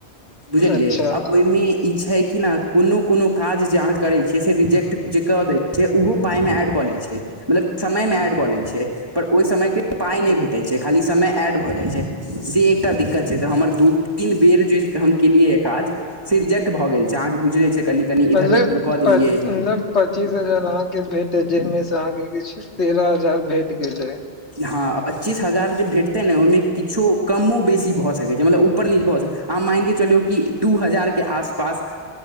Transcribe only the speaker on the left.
अच्छा
मतलब
प- मतलब पच्चीस हजार अहाँ के भेटत, जैइ में स अहाँ के किछु तेरऽ हजार भेट गेल अइ।